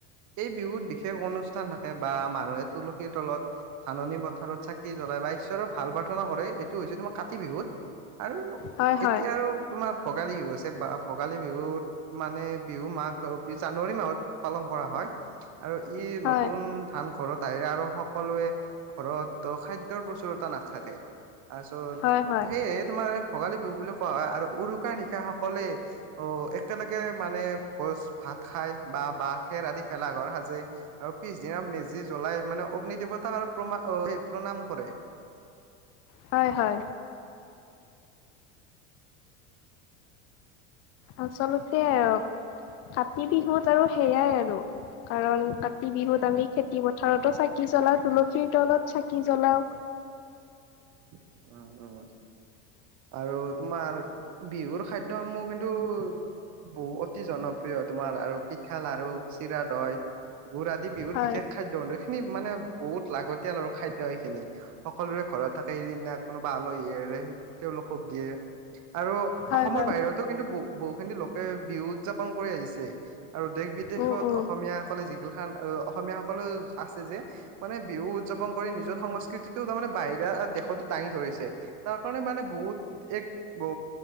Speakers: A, on the right (about 45°); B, on the left (about 40°).
A: এই বিহুত বিশেষ অনুষ্ঠান থাকে। বা মানুহে তুলসীৰ তলত ধাননি পথাৰত চাকি জ্বলাই। বা ঈশ্বৰক ভাল প্ৰাৰ্থনা কৰে। এইটো হৈছে তোমাৰ কাতি বিহুত। আৰু
B: হয় হয়
A: এতিয়া আৰু তোমাৰ ভোগালীও আছে বা ভোগালী বিহুত মানে বিহু মাঘ জানুৱাৰী মাহত পালন কৰা হয় আৰু ই
B: হয়
A: নতুন ধান ঘৰত আহ আৰু সক সকলোৱে ঘৰততো খাদ্যৰ প্ৰচুৰতা নাথাকে। তাৰপিছত
B: হয় হয়
A: সেয়ে তোমাৰ ভোগালী বিহু বুলি কোৱা হয় আৰু উৰুকাৰ নিশা সকলে একেলগে মানে ভোজ ভাত খাই বা বাঁহ খেৰ আদি ভেলা ঘৰ সাজে আৰু পি পিছদিনা মেজি জ্বলাই মানে অগ্নি দেৱতাক আৰু প্ৰমা প্ৰণাম কৰে।
B: হয় হয়। আচলতে অক কাতি বিহুত আৰু সেইয়াই আৰু কাৰণ কাতি বিহুত আমি খেতি পথাৰতো চাক চাকি জ্বলাওঁ। তুলসীৰ তলত চাকি জ্বলাওঁ।
A: উ্ উ্ আৰু তোমাৰ বিহুৰ খাদ্য সমূহ কিন্তু বহু অতি জনপ্ৰিয়, তোমাৰ আৰু পিঠা, লাৰু, চিৰা-দৈ। গু়ৰ আদি বিহুৰ
B: হয়
A: বিশেষ খাদ্য <unintelligible> এইেইখিনি মানে বহুত লাগ তেলৰ খাদ্য এখিনি সকলোৰে ঘৰত থাকে সেইদিনা কোনোবা আলহী আহিলে তেওঁলোকক দিয়ে আৰু
B: হয়
A: অসমৰ
B: হয়
A: বাহিৰতো কিন্তু বহু বহুখিনি লোক- বিহু উদযাপন কৰি আহিছে। আৰু দেশ বিদেশত
B: উম উম
A: অসমীয়াসকলে যিগিলাখান আহ অসমীয়াসকলেও আছে যে মানে বিহু উদযাপন কৰি নিজৰ সংস্কৃতিটো তাৰমানে বাহিৰা দেশতো দাঙি ধৰিছে তাৰ কাৰণে মানে বহুত এক অ,